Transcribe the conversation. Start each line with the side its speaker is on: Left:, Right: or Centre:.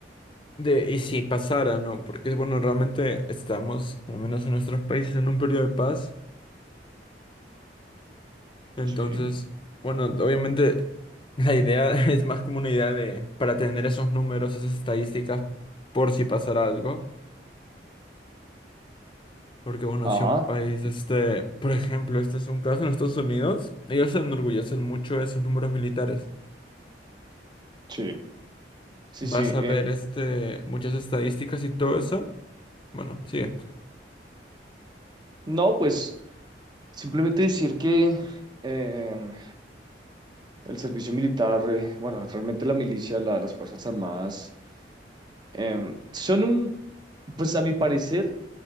Left: De, y si pasara, ¿no? Porque, bueno, realmente estamos, al menos en nuestros países, en un periodo de paz. Entonces,
Right: Sí.
Left: bueno, obviamente la idea <laughs> es más como una idea de, para tener esos números, esas estadísticas, por si pasara algo. Porque, bueno,
Right: Ajá.
Left: si un país, este, por ejemplo, este es un caso en Estados Unidos, ellos se enorgullecen mucho de esos números militares.
Right: Sí. Sí,
Left: Vas
Right: sí.
Left: a ver, este, muchas estadísticas y todo eso. Bueno, sigue.
Right: No, pues simplemente decir que em, el servicio militar, eh, bueno, realmente la milicia, la- las Fuerzas Armadas, em, son un, pues a mi parecer,